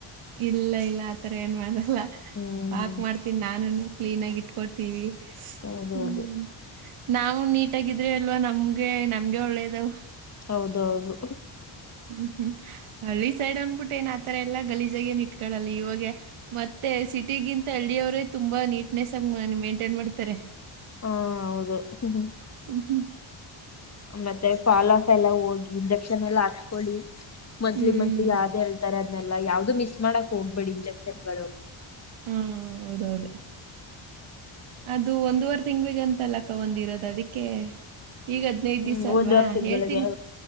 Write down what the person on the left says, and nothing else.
ಹ್ಮ್
ಹೌದೌದು
ಹೌದೌದು
ಹಾ ಹೌದು ಹ್ಮ್
ಮತ್ತೆ ಫಾಲ್ ಆಫ್ ಎಲ್ಲ ಹೋಗಿ ಇಂಜೆಕ್ಷನ್ ಎಲ್ಲಾ ಹಾಕ್ಸ್ಕೊಳ್ಳಿ ಮಂತ್ಲಿ
ಮಂತ್
ಯಾವ್ದ್ ಹೇಳ್ತಾರೆ ಅದ್ ಲ್ಲ ಯಾವ್ದು ಮಿಸ್ ಮಾಡಕ್ ಹೋಗ್ಬೇಡಿ ಇಂಜೆಕ್ಷನ್ ಗಳು
ಹ್ಮ್
ಒಂದವರ್ ತಿಂಗಳಿಗೆ